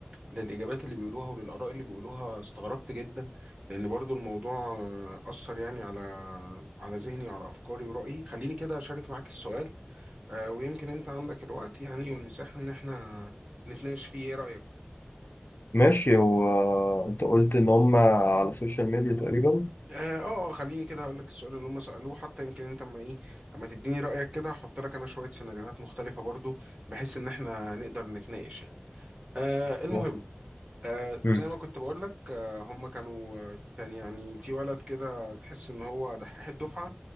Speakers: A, on the right (about 30°); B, on the left (about 60°).
A: للإجابات اللي بيقولوها وللآراء اللي بيقولوها استغربت جدا لأن برضو الموضوع آه، أثر يعني على على ذهني وعلى أفكاري ورأيي خليني كده أشارك معاك السؤال آه، ويمكن أنت عندك الوقت يعني والمساحة إن إحنا نتناقش فيه إيه رأيك؟
B: ماشي هو انت قلت ان هم على السوشيال ميديا تقريبا
A: آه آه آه، خليني كده هقول لك السؤال اللي هم سألوه حتى يمكن أنت أما إيه أما تديني رأيك كده هحط لك أنا شوية سيناريوهات مختلفة برضو بحيث إن إحنا نقدر نتناقش يعني آه المهم
B: صح.
A: آه
B: مم.
A: زي ما كنت بقول لك آه هم كانوا آه كان يعني في ولد كده تحس ان هو دحيح الدفعه